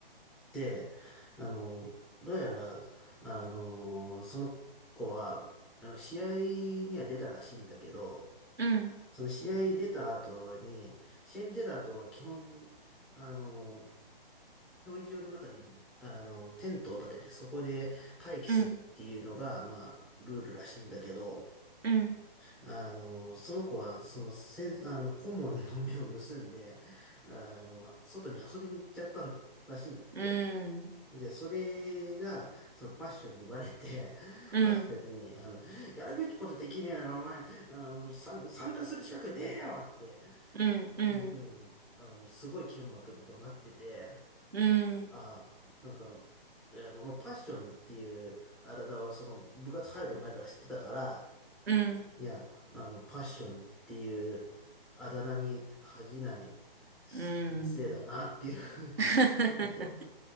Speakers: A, in the centre; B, on the right (about 85°).
A: で、あの、どうやら、あの、その子は、あの、試合には出たらしいんだけど、
B: うん、
A: その試合に出た後に、試合に出た後は基本、あの、競技場の中に、あの、テントを立ててそこで待機するっていうのが、
B: うん、
A: まあ、ルールらしいんだけど、
B: うん、
A: あの、その子は、その、せん、あの、顧問の目を盗んで、あの、外に遊びに行っちゃったんだ、らしいんだって。
B: うん、
A: で、それが、そのパッションにバレて、
B: うん、
A: パッションに、
B: うん、
A: あの、やるべきことできねえなら、お前、あの、参、参加する資格ねえよって
B: うん、
A: いうふうに、あの、すごい剣幕で怒鳴ってて、
B: うん。
A: ああ、なんか、あの、まあ、パッションっていうあだ名は、その、部活入る前から知ってたから、
B: うん、
A: いや、あの、パッションっていうあだ名に恥じない先生だなっていうふうに、
B: うん。<laughs>
A: ちょっと、